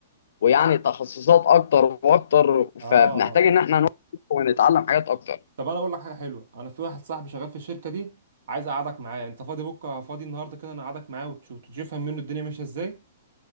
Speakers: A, on the left; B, on the right.
A: ويعني تخصصات اكتر واكتر
B: اه
A: فبنحتاج
B: آه.
A: ان احنا نواكب ونتعلم حاجات اكتر
B: طب انا اقول لك حاجه حلوه انا في واحد صاحبي شغال في الشركه دي عايز اقعدك معاه انت فاضي بكره فاضي النهارده كده انا اقعدك معاه وتشوف تفهم منه الدنيا ماشيه ازاي